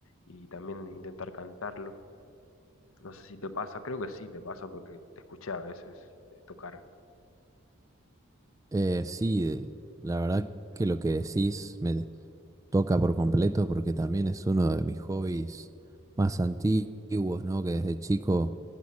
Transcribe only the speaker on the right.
Eh, sí, eh, la verdad que lo que decís me toca por completo porque también es uno de mis hobbies más antiguos, ¿no? Que desde chico